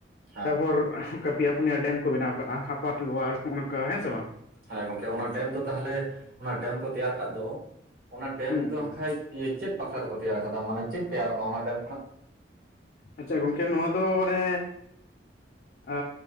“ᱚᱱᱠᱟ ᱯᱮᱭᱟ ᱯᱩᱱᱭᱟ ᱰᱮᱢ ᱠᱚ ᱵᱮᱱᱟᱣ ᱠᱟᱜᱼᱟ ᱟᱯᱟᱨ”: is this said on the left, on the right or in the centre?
Left